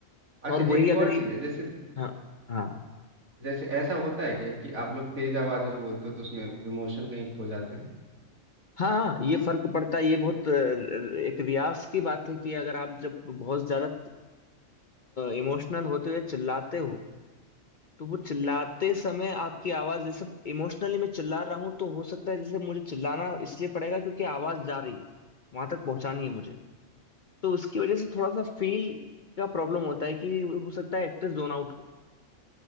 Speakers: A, on the right; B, on the left.
A: अच्छा
B: और वही
A: एक
B: अगर
A: और
B: ये
A: चीज़ है जैसे
B: हाँ हाँ
A: जैसे ऐसा होता है क्या कि आप लोग तेज आवाज में बोलते हो तो उसमें इमोशन कहीं खो जाते हैं
B: हाँ हाँ ये फर्क पड़ता है ये बहुत अ, र- एक रियाज की बात है कि अगर आप जब बहुत ज्यादा इमोशनल होते हुए चिल्लाते हो तो वो चिल्लाते समय आपकी आवाज जैसे इमोशनली मैं चिल्ला रहा हूँ तो हो सकता है जैसे मुझे चिल्लाना इसलिए पड़ेगा क्योंकि आवाज जा रही है वहां तक पहुंचानी है मुझे तो उसकी वजह से थोड़ा सा फील का प्रॉब्लम होता है कि हो सकता है एक्टर जोन आउट हो